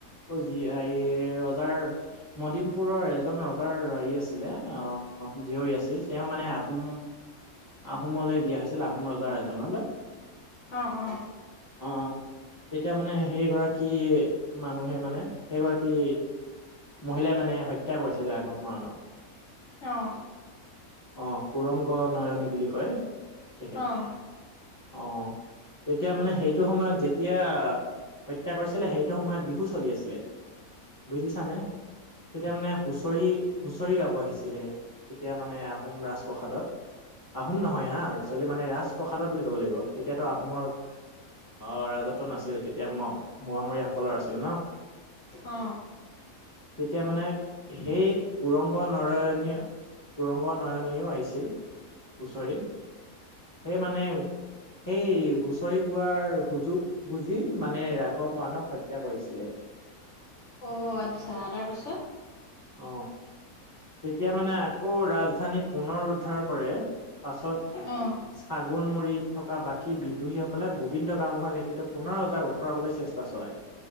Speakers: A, on the left; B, on the left.
A: অ যি এই ৰজাৰ। মদিমপুৰৰ এজন ৰজাৰ হেৰি আছিলে আহ জীয়ৰী আছিল তেওঁ মানে আহোম। আহোমলৈ বিয়া হৈছিল আহোম ৰজাৰ এজনলৈ।
B: অ অ।
A: অ তেতিয়া মানে সেই গৰাকী মানুহে মানে সেই গৰাকী। মহিলাই মানে হত্যা কৰিছিল ৰাঘৱ মৰাণ।
B: অহ।
A: অহ কুৰংগ নয়নী বুলি কয় তেখেত
B: অ',
A: অহ। তেতিয়া মানে সেইটো সময়ত যেতিয়া অহ। হত্যা কৰিছিলে সেইটো সময়ত বিহু চলি আছিলে বুজিছানে। তেতিয়া মানে হুঁচৰি হুঁচৰি গাব আহিছে। ছিলে তেতিয়া মানে আহোম ৰাজপ্ৰসাদত আহোম নহয় হা। একচুৱেলি মানে ৰাজপ্ৰসাদত বুলি ক'ব লাগিব তেতিয়াতো আহোমৰ। অ ৰাজত্ব নাছিল তেতিয়া মৰামৰীয়াসকলৰ আছিল ন।
B: অ।
A: তেতিয়া মানে সেই কুৰংগ নৰয়নী কুৰংগ নয়ন। আহিছিল হুঁচৰি সেই মানে। সেই হুঁচৰি গোৱাৰ সুযোগ বুজি মানে ৰাঘৱ মৰাণক হত্যা কৰিছিলে।
B: অ আচ্ছা তাৰ পাছত।
A: অ তেতিয়া মানে আকৌ ৰাজধানী পুনৰ উদ্ধাৰ কৰে। পাছত
B: অ',
A: ছাগণ মুৰি থকা বাকী বি। দোহীসকলে গোবিন্দ গাঁওবুঢ়া নেতৃত্বত পুনৰ অজাক ওফৰাবলৈ চেষ্টা চলায়।